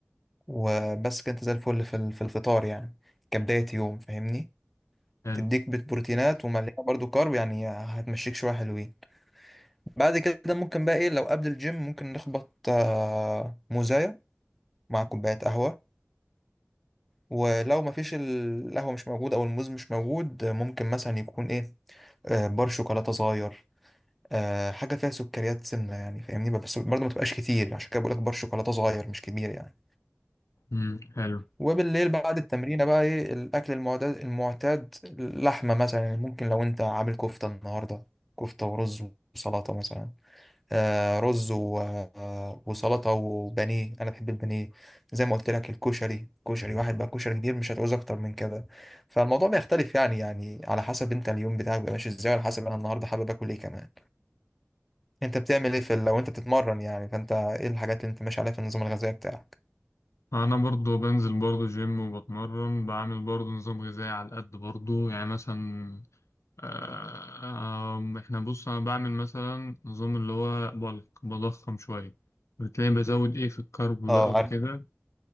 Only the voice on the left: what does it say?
حلو
امم حلو
انا برضو بنزل برضو جيم وبتمرن بعمل برضو نظام غذائي على قد برضو يعني مثلا آه، آم، احنا بص انا بعمل مثلا نظام اللي هو بلك بضخم شوية بتلاقي بزود ايه في الكرب
بقى وكده